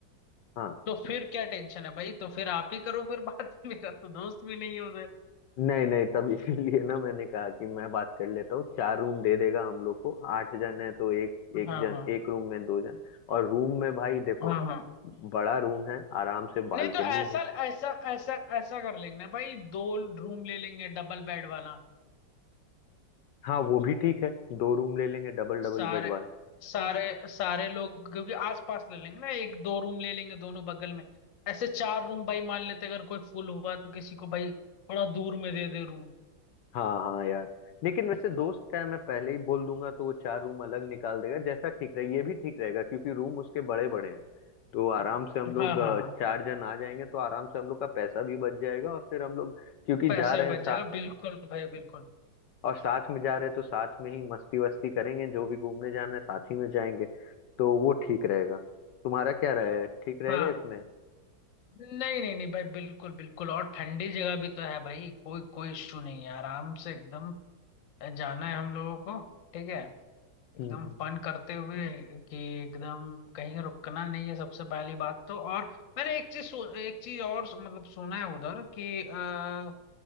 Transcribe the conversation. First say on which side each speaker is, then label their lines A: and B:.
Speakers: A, on the left; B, on the left.
A: हाँ
B: तो फिर क्या टेंशन है भाई तो फिर आप ही करो फिर बात <laughs> मेरा तो दोस्त भी नहीं है उधर
A: नहीं नहीं तब इसीलिए ना मैंने कहा कि मैं बात कर लेता हूँ चार रूम दे देगा हम लोग को आठ जन है तो एक एक
B: हाँ
A: जन
B: हाँ
A: एक रूम में दो जन और रूम में भाई देखो
B: हाँ हाँ
A: बड़ा रूम है आराम से
B: नहीं
A: बालकनी
B: तो ऐसा
A: है
B: ऐसा ऐसा ऐसा कर लेंगे ना भाई दो रूम ले लेंगे डबल बेड वाला
A: हाँ वो भी ठीक है दो रूम ले लेंगे डबल डबल
B: सारे
A: बेड वाला
B: सारे सारे लोग क्योंकि आसपास ले लेंगे ना एक दो रूम ले लेंगे दोनों बगल में ऐसे चार रूम भाई मान लेते अगर कोई फुल हुआ तो किसी को भाई थोड़ा दूर में दे दे रूम
A: हाँ हाँ यार लेकिन वैसे दोस्त का है मैं पहले ही बोल दूंगा तो वो चार रूम अलग निकाल देगा जैसा ठीक रहे ये भी ठीक रहेगा क्योंकि रूम उसके बड़े बड़े हैं तो आराम से हम लोग
B: हाँ
A: अ,
B: हाँ हाँ
A: चार जन आ जाएंगे तो आराम से हम लोग का पैसा भी बच जाएगा और फिर हम लोग क्योंकि
B: पैसा
A: जा रहे
B: भी
A: हैं
B: बच
A: साथ
B: जाएगा बिल्कुल भाई बिल्कुल
A: और साथ में जा रहे हैं तो साथ में ही मस्ती वस्ती करेंगे जो भी घूमने जाना है साथ ही में जाएंगे तो वो ठीक रहेगा तुम्हारा क्या रहे ठीक रहेगा
B: हाँ
A: इसमें
B: नहीं नहीं नहीं भाई बिल्कुल बिल्कुल और ठंडी जगह भी तो है भाई कोई कोई इशू नहीं है आराम से एकदम जाना है हम लोगों को ठीक है एकदम
A: हम्म हम्म।
B: फन करते हुए कि एकदम कहीं रुकना नहीं है सबसे पहली बात तो और मैंने एक चीज एक चीज और सु- मतलब सुना है उधर कि अ,